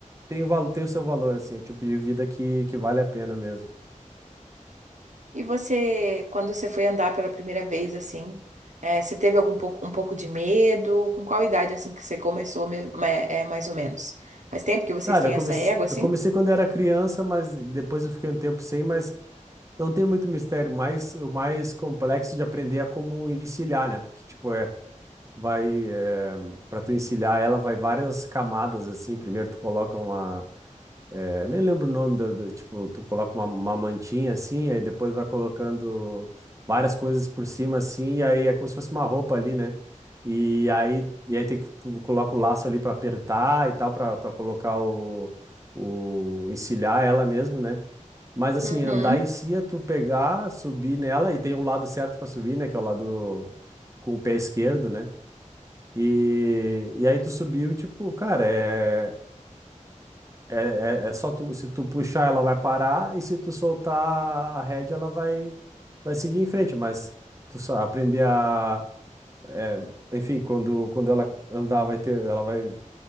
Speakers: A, on the right; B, on the right.
A: tem, val- tem o seu valor, assim, é o tipo de vida que, que vale a pena mesmo.
B: E você, quando você foi andar pela primeira vez, assim, é, você teve algum pouco, um pouco de medo? Com qual idade, assim, que você começou, mesmo, é, é, mais ou menos? Faz tempo que vocês
A: Cara,
B: têm
A: eu comecei,
B: essa égua, assim?
A: eu comecei quando era criança, mas depois eu fiquei um tempo sem, mas não tem muito mistério, mas o mais complexo de aprender é como encilhar, né? Porque, tipo, é, vai, é, para tu encilhar ela, vai várias camadas, assim, primeiro tu coloca uma é, nem lembro o nome da, da- tipo, tu coloca uma, uma mantinha assim, aí depois vai colocando várias coisas por cima assim, e aí é como se fosse uma roupa ali, né? E aí, e aí tem que tu coloca o laço ali pra apertar e tal, pra para colocar o, o encilhar ela mesmo, né? Mas assim,
B: Uhum.
A: andar em si é tu pegar, subir nela e tem um lado certo pra subir, né? Que é o lado com o pé esquerdo, né? E, e aí tu subiu, tipo, cara, é, é, é, é só tu, se tu puxar, ela vai parar, e se tu soltar a rédea, ela vai, vai seguir em frente, mas tu só aprender a, é, enfim, quando, quando ela andar, vai ter, ela vai,